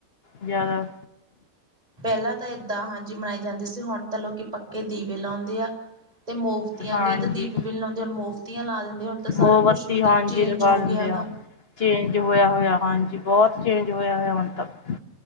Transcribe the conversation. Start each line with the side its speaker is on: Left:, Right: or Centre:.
Left: ਜ਼ਿਆਦਾ
Right: ਪਹਿਲਾਂ ਤਾਂ ਏਦਾਂ ਹਾਂਜੀ ਮਨਾਈ ਜਾਂਦੀ ਸੀ ਹੁਣ ਤਾਂ ਲੋਕੀ ਪੱਕੇ ਦੀਵੇ ਲਾਉਂਦੇ ਆ ਤੇ ਮੋਵੱਤੀਆਂ
Left: ਹਾਂਜੀ
Right: ਕਈ ਤਾਂ ਦੀਵੇ ਵੀ ਲਾਉਂਦੇ ਆ, ਮੋਵੱਤੀਆਂ ਲਾ ਦਿੰਦੇ ਹੁਣ ਤਾਂ ਸਾਰਾ
Left: ਮੋਮਬੱਤੀ
Right: ਕੁੱਛ ਮਤਲਬ
Left: ਹਾਂਜੀ
Right: ਚੇਂਜ
Left: ਲਗਾ
Right: ਹੋ
Left: ਦਿੰਦੇ
Right: ਗਿਆ
Left: ਆ
Right: ਵਾ
Left: ਚੇਂਜ ਹੋਇਆ-ਹੋਇਆ ਹਾਂਜੀ ਬਹੁਤ ਚੇਂਜ ਹੋਇਆ- ਹੋਇਆ ਹੁਣ ਤੱਕ